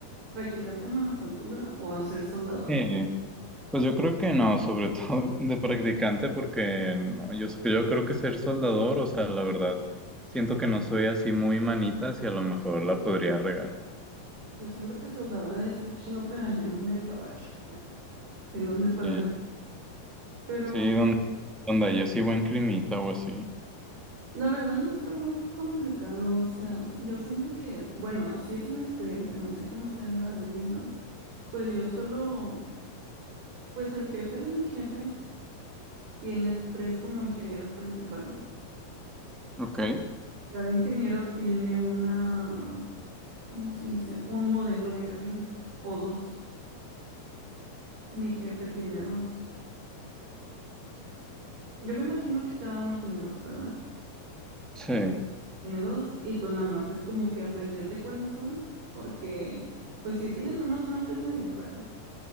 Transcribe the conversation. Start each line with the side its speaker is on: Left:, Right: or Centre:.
Right: practicante de manufactura o a ser soldador?
Centre: Sí, pues yo creo que no, sobre <laughs> todo de practicante, porque no, yo, yo creo que ser soldador, o sea, la verdad, siento que no soy así muy manitas y a lo mejor la podría regar.
Right: Yo siento que soldador ha de estar chido, pero allá en el gabacho, si lo han de pagar
Centre: Sí,
Right: bien. Pero
Centre: sí, donde, donde haya así buen climita o así.
Right: La verdad no está muy complicado, o sea, yo siento que, bueno, así es en mi experiencia, no sé cómo sea en la de alguien más, pues yo solo, pues el jefe de mi jefe tiene tres como ingenieros principales.
Centre: Ok.
Right: Cada ingeniero tiene una, ¿cómo se dice? Un modelo de cabina o dos. Mi jefe tiene dos. Yo me imagino que cada uno tiene dos, ¿verdad?
Centre: Sí,
Right: Tiene dos y pues nada más es como que aprenderte cuáles son, porque pues sí tienen unos nombres medio raros.